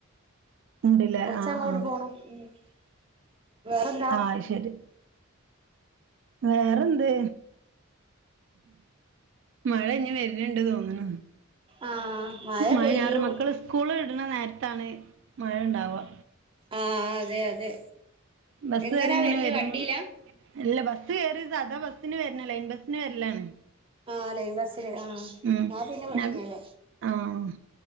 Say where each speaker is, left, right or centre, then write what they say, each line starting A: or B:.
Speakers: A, on the right; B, on the right.
A: ഉണ്ടില്ലേ
B: കുറച്ച്
A: ആ ആ
B: <inaudible> വേറെന്താ
A: ആ ശരി വേറെന്ത് മഴ ഇനി വരുന്നിണ്ട് തോന്നണ
B: ആഹ്
A: മഴ
B: പെയ്യൂ
A: ഞാറ് മക്കള് സ്കൂള് വിടണ നേരത്താണ് മഴ ഉണ്ടാവുക
B: ആഹ് അതെ അതെ.
A: ബസ്
B: എങ്ങനാ
A: കേറിങ്ങനെ
B: വരല്
A: വരുമ്പം
B: വണ്ടിയിലാ
A: അല്ല ബസ്സ് കേറീ സാധാ ബസ്സിന് വരണം ലൈൻ ബസ്സിന് വര്ല്ലാണ്.
B: ആഹ് ലൈൻ ബസ്സിന് ആഹ്.
A: ഉം
B: എന്നാ പിന്നെ പ്രശ്നല്ല
A: നവി ആഹ്